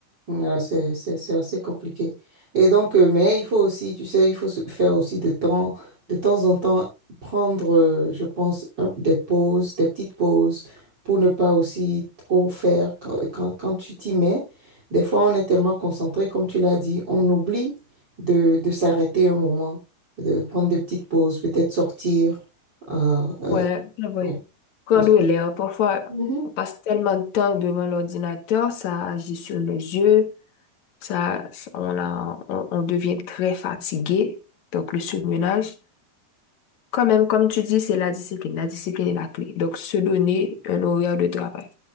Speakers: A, on the right; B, on the left.
A: Ouais, c'est, c'est, c'est assez compliqué. Et donc, euh, mais il faut aussi, tu sais, il faut se faire aussi de temps, de temps en temps, prendre, euh, je pense, un- des pauses, des petites pauses pour ne pas aussi trop faire quand, quand, quand tu t'y mets. Des fois, on est tellement concentré, comme tu l'as dit, on oublie de, de s'arrêter un moment, de prendre des petites pauses, peut-être sortir. euh, euh,
B: Ouais, c'est vrai.
A: ouais,
B: Prendre
A: parce
B: l'air, parfois,
A: que-
B: on passe tellement de temps devant l'ordinateur, ça agit sur les yeux, ça, ça- on a, on, on devient très fatigué, donc le surmenage. Quand même, comme tu dis, c'est la discipline. La discipline est la clé. Donc, se donner un horaire de travail.